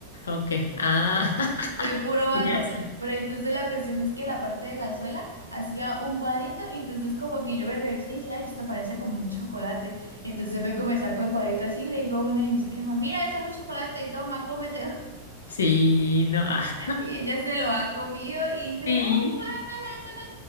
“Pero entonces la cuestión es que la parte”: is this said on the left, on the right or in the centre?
Right